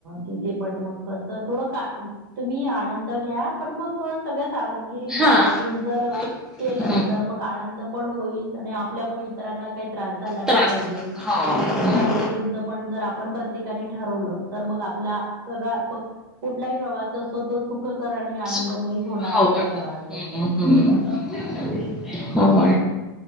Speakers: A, on the right (about 65°); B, in the centre.
A: तिथे पण मग कस थोड का तुम्ही आनंद घ्या पण मग सगळ्याव री बाळगून
B: हा
A: जर
B: हं
A: केलं तर मग आनंद पण होईल आणि आपल्यामुळे काही त्रास झाला नाही
B: त्रास
A: पाहिजे
B: हो हं.
A: ह गोष्टी च पण जर आपण प्रत्येकाने ठरवलं तर मग आपला सगळ फक्त. कुठलाही प्रवास असो तो सुखकर आणि आनंदमयी
B: चुक
A: होणार
B: हो
A: असं
B: मॅडम
A: मला वाटतय
B: हं हं. हो